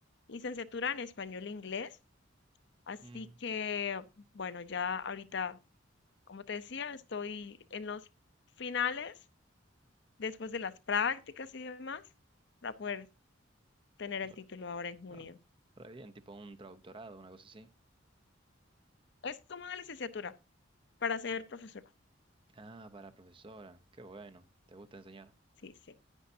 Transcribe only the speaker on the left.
licenciatura en español e inglés. Así
que, bueno, ya ahorita Como te decía, estoy en los finales, después de las prácticas y demás, para poder tener
el título ahora en junio.
Es como una licenciatura para ser profesora.
Sí, sí.